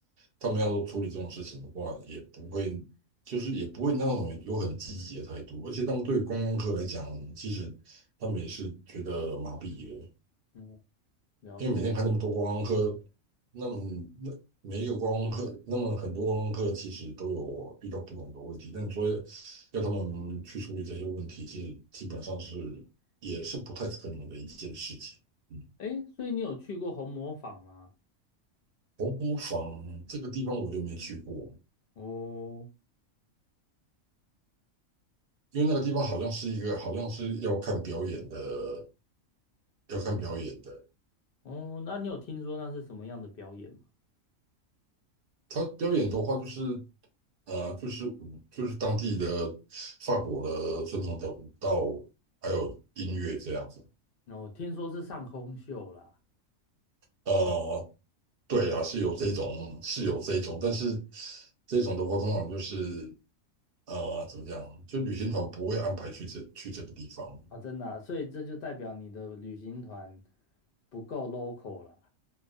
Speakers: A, on the right; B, on the left.
A: 他们要处理这种事情的话，也不会就是也不会那种有很积极的态度，而且他们对观光客来讲，其实他们也是觉得麻痹了，
B: 嗯，了解。
A: 因为每天看那么多观光客，那么那每一个观光客，那么很多观光客其实都有遇到不同的问题，那你说要他们去处理这些问题，其实基本上是也是不太可能的一件事情。嗯，
B: 诶，所以你有去过红磨坊吗？
A: 黄埔坊这个地方我就没去过，
B: 哦
A: 因为那个地方好像是一个好像是要看表演的，要看表演的。
B: 哦，那你有听说那是什么样的表演吗？
A: 他表演的话，就是呃，就是就是当地的法国的传统的舞蹈，还有音乐这样子。
B: 哦，听说是上空秀啦。
A: 呃，对啊，
B: 哎，
A: 是有这种，是有这种，但是这种的话，通常就是呃，怎么讲，就旅行团不会安排去这去这个地方。
B: 啊，真的啊所以这就代表你的旅行团不够 local 啦。